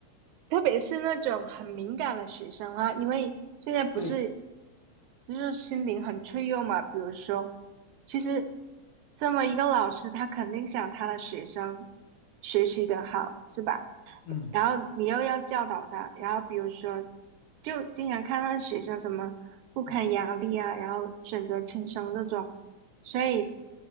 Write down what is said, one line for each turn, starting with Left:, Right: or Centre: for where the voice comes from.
Right: 特别是那种很敏感的学生啊，因为现在不是
Left: 对。
Right: 就是心灵很脆弱嘛。比如说，其实身为一个老师，他肯定想他的学生学习的好，是吧？
Left: 嗯
Right: 然后你又要教导他，然后比如说，就经常看到学生什么不堪压力啊，
Left: 嗯
Right: 然后选择轻生这种，所以